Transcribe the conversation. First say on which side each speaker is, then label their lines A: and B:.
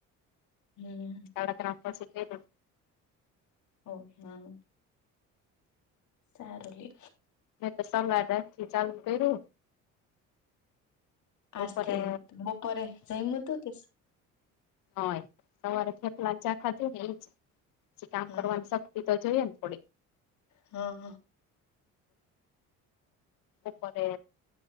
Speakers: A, on the left; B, on the left.
A: હમ્મ
B: ત ત આપ શી.
A: ઓકે હા. સારુંલી.
B: મે તો સલા થી ચાલુ કર્યું.
A: આજ
B: બપોરે
A: થી બપોરે જઈમ હતું કે.
B: હ સવારે થેપલા ચાખા થું ને એ પછી કામ
A: હા
B: કરવાનું. તે તો જઈએ ને થોડી.
A: હા હા.
B: ઉપરે